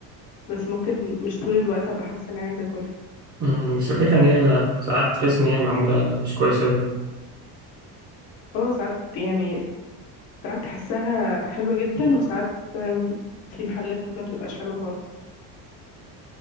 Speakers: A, on the left; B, on the right.
A: بس ممكن مش طول الوقت أبقى حاسة إني عايزة أكلها
B: أمم، بس الفكرة إن هي ساعات تحس إن هي معمولة مش كويسة
A: أه ساعات يعني ساعات تحسها حلوة جدا وساعات آم، في محلات ما بتبقاش حلوة خالص